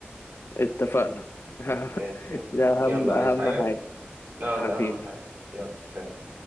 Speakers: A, on the left; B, on the right.
A: اتفقنا <laughs>
B: ماشي
A: ده
B: يلا
A: أهم أهم
B: عايز حاجة
A: حاجة
B: لا
A: حبيبي
B: ده اهم حاجة يلا سلام